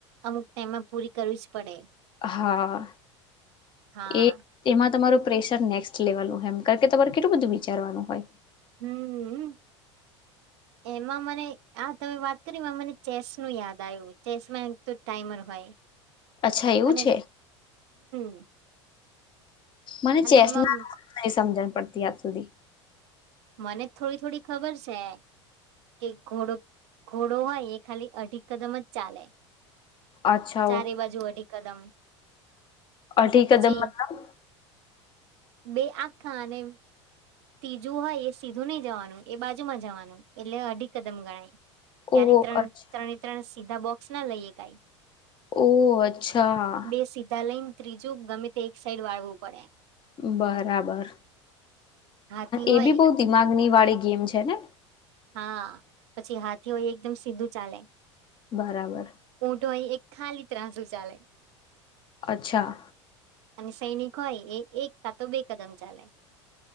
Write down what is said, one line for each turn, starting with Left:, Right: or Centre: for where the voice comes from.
Right: અમુક તેમાં પૂરી કરવી જ પડે
Left: હા
Right: હા
Left: એ એમાં તમારું પ્રેશર નેક્સ્ટ લેવલનું એમ કે તમારે કેટલું બધું વિચારવાનું હોય
Right: હમ એમાં મને આ તમે વાત કરી મને ચેસ નું યાદ આવ્યું ચેસમાં એક તો ટાઈમર હોય
Left: અચ્છા એવું
Right: અને
Left: છે
Right: હમ
Left: મને
Right: અને
Left: ચેસ
Right: એમાં
Left: નહી સમજણ પડતી આજ સુધી
Right: મને થોડી થોડી ખબર છે કે ઘોડો ઘોડો હોય એ ખાલી અઢીિક કદમ જ ચાલે
Left: અચ્છા
Right: ચારે બાજુ વી કદમ
Left: ઓ ઠીક કદમ
Right: પછી
Left: મતલબ
Right: બે આખાને એમ ત્રીજું હોય એ સીધું નહી જવાનું એ બાજુમાં જવાનું એટલે અઢી કદમ ગણાય ક્યારે
Left: ઓહ
Right: ત્રણ
Left: અચ્છા
Right: ત્રણે ત્રણ સીધા બોક્સ ના લઈએ કઈ
Left: ઓહ અચ્છા
Right: બે સીધા લઈને ત્રીજું ગમે તે એક સાઈડ વાળવું પડે
Left: બરાબર
Right: હાથી
Left: એ
Right: હોય
Left: બી બહ દિમાગની વાળી ગેમ છે છે
Right: હા પછી હાથી હોય એકદમ સીધું ચાલે
Left: બરાબર
Right: ઊંટ હોય એક ખાલી ત્રાસું ચાલે
Left: અચ્છા.
Right: અને સૈનિક હોય એ એક કા તો બે કદમ ચાલે.